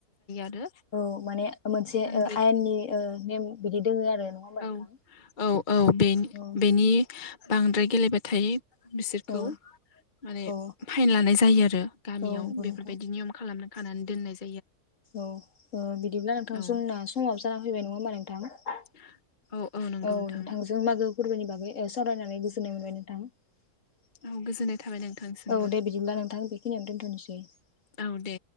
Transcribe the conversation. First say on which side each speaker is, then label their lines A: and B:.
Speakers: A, on the left; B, on the left.
A: आरो
B: औ माने मोनसे
A: सानब्रै
B: ओ आयेननि ओ नेम बिदि दोङो आरो नङा होमबा
A: औ
B: नोंथां
A: औ औ बेन
B: औ
A: बेनि बांद्राय गेलेबायथाय बिसोरखौ
B: औ
A: माने
B: औ
A: फाइन लानाय जायो आरो गामियाव
B: औ नंगौ नोंथां
A: बेफोरबायदि नियम खालामना खानानै
B: औ ओ बिदिब्ला नोंथां
A: औ
B: जोंना समाव जाना फैबाय नङा होमबा नोंथां
A: <unintelligible> <inaudible>
B: औ
A: औ नंगौ नोंथां
B: नोंथांजों मा
A: औ गोजोननाय
B: औ
A: थाबाय नोंथांसिमबो
B: दे
A: औ